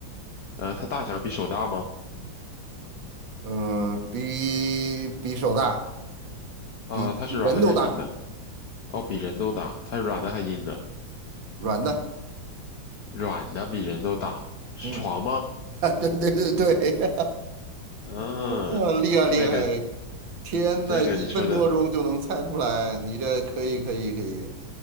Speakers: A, on the left; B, on the right.
A: 呃，它大小比手大吗？
B: 嗯、比比手大，
A: 啊、
B: 比人都大，
A: 它是软的还是硬的？哦，比人都大。它是软的还是硬的？
B: 软的，
A: 软的比人都大，是床吗？
B: 嗯。<laughs> 啊，对对对对，<laughs>
A: 嗯，
B: 哦厉害厉害！
A: 这个
B: 天呐，
A: 这个你说的
B: 一分多钟就能猜出来，你这可以可以可以，